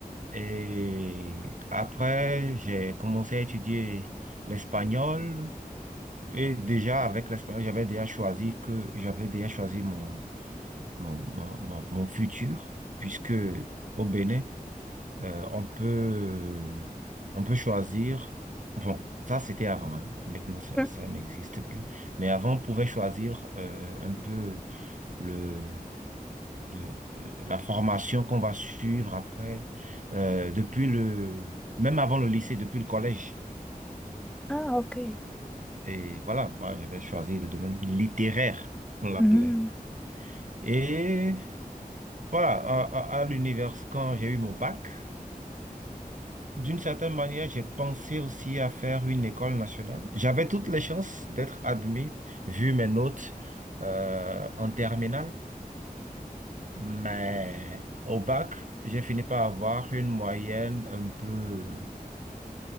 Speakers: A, on the right (about 55°); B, in the centre.
A: Et après, j'ai commencé à étudier l'espagnol. Et déjà, avec l'espagnol, j'avais déjà choisi que, j'avais déjà choisi mon, mon, mon, mon- mon futur, puisque au Bénin, euh, on peut, on peut choisir. Bon, ça c'était avant, hein. Maintenant ça,
B: Hmm.
A: ça n'existe plus. Mais avant, on pouvait choisir euh, un peu le, le- euh, la formation qu'on va suivre après, euh, depuis le, même avant le lycée, depuis le collège.
B: Ah, ok.
A: Et voilà, moi j'avais choisi le domaine littéraire, on l'appelait.
B: Hmm.
A: Et voilà, à, à à l'univers, quand j'ai eu mon bac. D'une certaine manière, j'ai pensé aussi à faire une école nationale. J'avais toutes les chances d'être admis, vu mes notes euh, en terminale, mais au bac, j'ai fini par avoir une moyenne un peu